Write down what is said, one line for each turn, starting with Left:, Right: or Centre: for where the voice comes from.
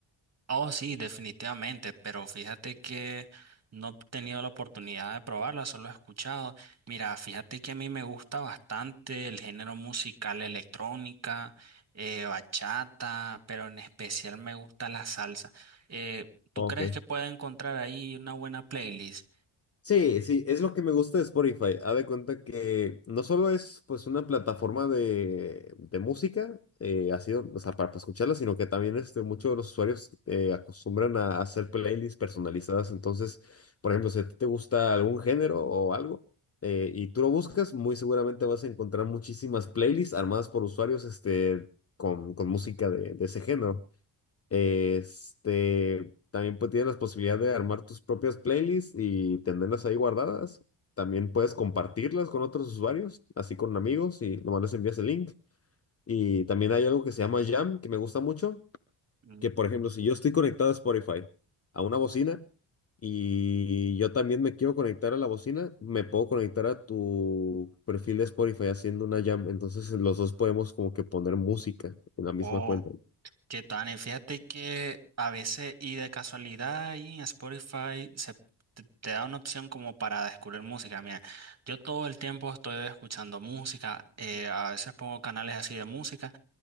Right: Oh, sí, definitivamente, pero fíjate que no he tenido la oportunidad de probarla, solo he escuchado. Mira, fíjate que a mí me gusta bastante el género musical electrónica, eh, bachata, pero en especial me gusta la salsa. Eh, ¿tú
Left: Ok.
Right: crees que pueda encontrar ahí una buena playlist?
Left: Sí, sí, es lo que me gusta de Spotify. Haz de cuenta que no solo es pues una plataforma de, de música, eh, ha sido, o sea, para, para escucharla, sino que también este, muchos de los usuarios eh, acostumbran a hacer playlists personalizadas. Entonces, por ejemplo, si a ti te gusta algún género o algo eh, y tú lo buscas, muy seguramente vas a encontrar muchísimas playlists armadas por usuarios este, con, con música de, de ese género. Este, también pues, tienes la posibilidad de armar tus propias playlists y tenerlas ahí guardadas. También puedes compartirlas con otros usuarios, así con amigos, y nomás les envías el link. Y también hay algo que se llama Jam, que me gusta mucho,
Right: Mm.
Left: que por ejemplo, si yo estoy conectado a Spotify, a una bocina, y yo también me quiero conectar a la bocina, me puedo conectar a tu perfil de Spotify haciendo una Jam. Entonces los dos podemos como que poner música en la misma
Right: Oh.
Left: cuenta.
Right: ¿Qué tal? Fíjate que a veces y de casualidad ahí en Spotify se te, te da una opción como para descubrir música. Mira, yo todo el tiempo estoy escuchando música, eh, a veces pongo canales así de música,